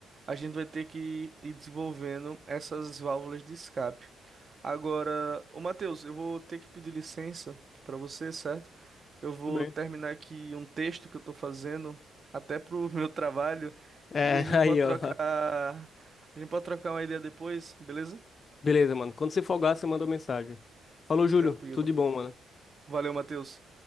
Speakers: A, on the right; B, on the left.
A: a gente vai ter que ir desenvolvendo essas válvulas de escape. Agora, ô Matheus, eu vou ter que pedir licença para você, certo? Eu vou
B: Tudo bem.
A: terminar aqui um texto que eu estou fazendo, até pro <laughs> meu trabalho,
B: É,
A: e a gente
B: <laughs> aí,
A: pode
B: ó.
A: trocar, a gente pode trocar uma ideia depois, beleza?
B: Beleza, mano. Quando você folgar, você manda uma mensagem. Falou, Júlio.
A: Tranquilo.
B: Tudo de bom, mano.
A: Valeu, Matheus.